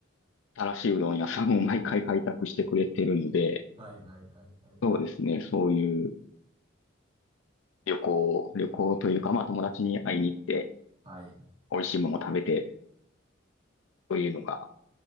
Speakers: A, on the left (about 75°); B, on the right (about 30°).
A: 新しいうどん屋さんを <laughs> 毎回開拓してくれてるので、
B: はいはいはいはいはい。
A: そうですね。そういう旅行、旅行というか、まあ友達に会いに行って、
B: はい。
A: 美味しいものを食べて、というのが